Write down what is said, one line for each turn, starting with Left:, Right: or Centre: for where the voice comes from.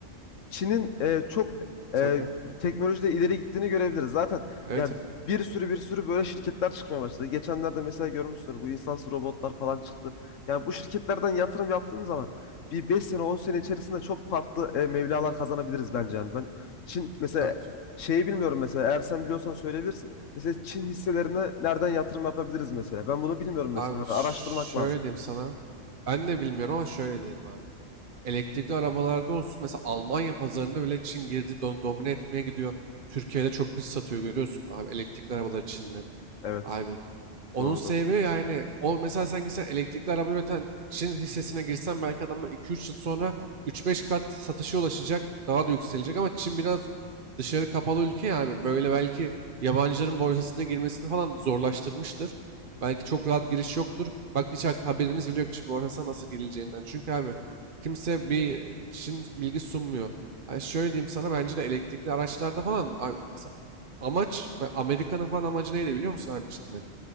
Left: Çin'in e, çok
Right: Tabii.
Left: e, teknolojide ileri gittiğini görebiliriz. Zaten
Right: Evet
Left: yani
Right: evet.
Left: bir sürü bir sürü böyle şirketler çıkmaya başladı. Geçenlerde mesela görmüşsünüz bu insansız robotlar falan çıktı. Yani bu şirketlerden yatırım yaptığımız zaman bir 5 sene 10 sene içerisinde çok farklı e, mevlalar kazanabiliriz bence yani. Ben Çin mesela
Right: Tabii.
Left: şeyi bilmiyorum mesela eğer sen biliyorsan söyleyebilirsin. Mesela Çin hisselerine nereden yatırım yapabiliriz mesela? Ben bunu bilmiyorum mesela.
Right: Abi ş-
Left: Hani araştırmak
Right: şöyle
Left: lazım.
Right: diyeyim sana. Ben de bilmiyorum ama şöyle diyelim abi. Elektrikli arabalarda olsun mesela Almanya pazarında bile Çin girdi do- domine etmeye gidiyor. Türkiye'de çok pis satıyor görüyorsun abi elektrikli arabalar Çinlerin.
Left: Evet,
Right: Abi onun
Left: doğrudur.
Right: sebebi yani o mesela sen gitsen elektrikli araba üreten Çin hissesine girsen belki adamlar 2-3 yıl sonra 3-5 kat satışa ulaşacak. Daha da yükselecek ama Çin biraz dışarı kapalı ülke yani. Böyle belki yabancıların borsasına girmesini falan zorlaştırmıştır.
Left: Kesinlikle.
Right: Belki çok rahat giriş yoktur. Bak hiç hak- haberimiz bile yok Çin borsasına nasıl girileceğinden. Çünkü abi kimse
Left: Ya,
Right: bir Çin bilgi sunmuyor. Yani şöyle diyeyim sana bence de elektrikli araçlarda falan abi mesela amaç ve Amerika'nın falan amacı neydi biliyor musun abi Çin'de?